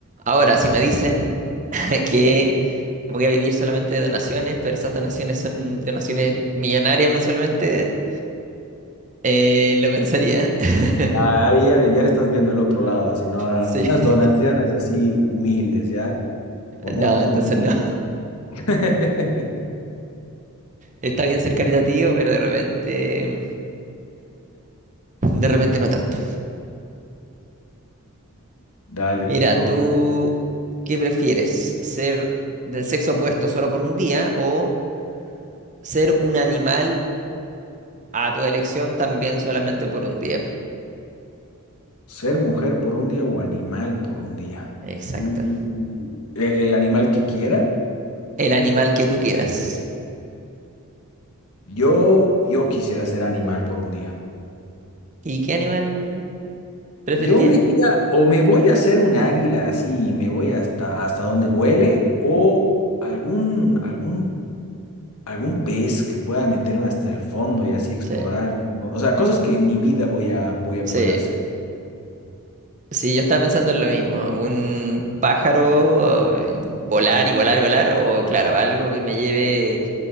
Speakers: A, on the right; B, on the left.
A: Ahora, si me dicen <laughs> que voy a vivir solamente de donaciones, pero esas donaciones son donaciones millonarias mensualmente, eh, lo pensaría. <laughs>
B: Ah, Ahí ya le, ya le estás viendo el otro lado, así, no, no,
A: Sí,
B: no. Unas
A: <laughs>
B: donaciones así humildes, ¿ya? Pongamos
A: no, entonces
B: uno.
A: no.
B: <laughs>
A: Está bien ser caritativo, pero de repente, de repente no tanto.
B: Dale,
A: Mira,
B: te toca.
A: ¿tú qué prefieres? ¿Ser del sexo opuesto solo por un día o ser un animal a tu elección también solamente por un día?
B: Ser mujer por un día o animal por un día.
A: Exacto.
B: Uh, uh, uh. ¿E- ¿El, animal que quiera?
A: El animal que tú quieras.
B: Yo, yo quisiera ser animal por un día.
A: ¿Y qué animal preferirías?
B: Yo me iría, o me voy a hacer un águila así, y me voy hasta, hasta donde vuele, o algún, algún algún pez que pueda meterme hasta el fondo y así explorar
A: Sí,
B: el fondo. O sea, cosas que en mi vida voy a, voy a
A: sí.
B: poder hacer.
A: Sí, yo estaba pensando en lo mismo. Un pájaro, eh, volar y volar y volar, o claro, algo que me lleve